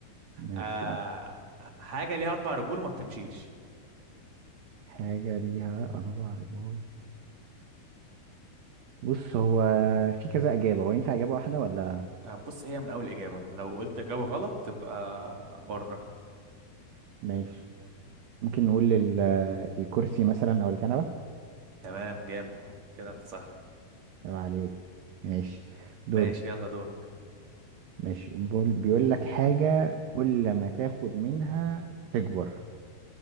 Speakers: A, on the right; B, on the right.
A: ماشي
B: آه
A: يلا
B: حاجة ليها أربع رجول وما بتمشيش
A: حاجة ليها أربع رجول بص هو في كذا إجابة هو ينفع إجابة واحدة ولا
B: بس هي من أول إجابة لو قلت إجابة غلط تبقى بره
A: ماشي ممكن نقول لل- الكرسي مثلا أو الكنبة
B: تمام جامد كده انت صح
A: يبقى عليك ماشي دوري
B: ماشي يلا دورك
A: ماشي بقول- بيقول لك حاجة كل ما تاخد منها تكبر